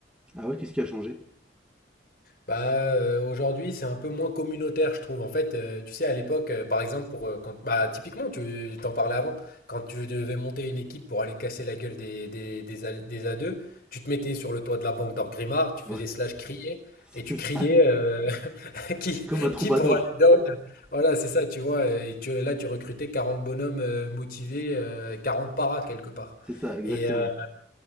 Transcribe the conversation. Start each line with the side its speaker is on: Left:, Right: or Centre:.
Centre: Ah ouais, qu'est-ce qui a changé
Left: Bah, heu, aujourd'hui, c'est un peu moins communautaire, je trouve. En fait, heu, tu sais, à l'époque, heu, par exemple, pour, heu, quand bah, typiquement, tu t'en parlais avant, quand tu devais monter une équipe pour aller casser la gueule des des des A des A2, tu te mettais sur le toit de la banque d'Orgrimmar, tu
Centre: Ouais,
Left: faisais slash crier
Centre: <laughs>
Left: et tu
Centre: c'est
Left: criais,
Centre: ça.
Left: heu <laughs> Qui,
Centre: Comme un troubadour.
Left: qui pour aller down? Voilà, c'est ça, tu vois. Et tu, là, tu recrutais 40 bonhommes euh, motivés, euh, 40 paras quelque part.
Centre: C'est ça, exactement.
Left: Et, euh,